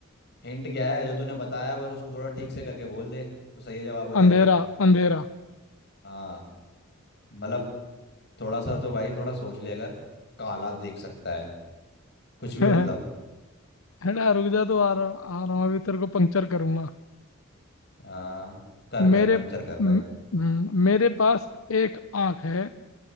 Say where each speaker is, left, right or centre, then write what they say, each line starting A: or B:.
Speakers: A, on the left; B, on the left.
A: हिंट क्या है जो तूने बताया बस उसको थोड़ा ठीक से करके बोल दे तो सही जवाब हो जाएगा
B: अंधेरा अंधेरा
A: हाँ मतलब थोड़ा सा तो भाई थोड़ा सोच ले अगर काला देख सकता है कुछ भी
B: <laughs>
A: मतलब
B: हेड़ा रुक जा तो आ रहा आ रहा हूँ अभी तेरे को पंक्चर करूंगा
A: हाँ कर
B: मेरे
A: कर पंचर कर भाई
B: म- हम्म, मेरे पास एक आंख है